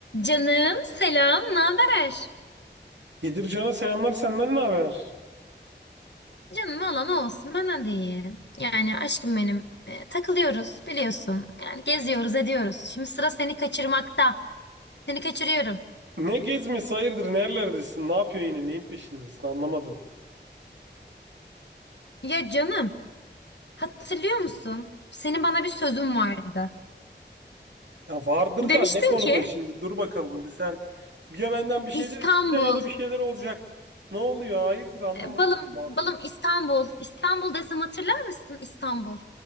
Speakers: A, on the left; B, on the right.
A: Canım selam, ne haber?
B: Bedircan'a selamlar senden ne haber?
A: Canım valla ne olsun bana de iyi. Yani aşkım benim e, takılıyoruz biliyorsun. Yani geziyoruz ediyoruz. Şimdi sıra seni kaçırmakta. Seni kaçırıyorum.
B: Ne gezmesi hayırdır nerelerdesin? Ne yapıyorsun yine neyin peşindesin anlamadım.
A: Ya canım hatırlıyor musun? Senin bana bir sözün vardı.
B: Ya vardır
A: Demiştin
B: da ne konuda
A: ki
B: şimdi dur bakalım bir sen ya benden bir şeyler
A: İstanbul.
B: isteyeceksin ya da bir şeyler olacak. Ne oluyor hayırdır anlamadım
A: e, balım
B: ben muhabbeti.
A: balım İstanbul. İstanbul desem hatırlar mısın İstanbul?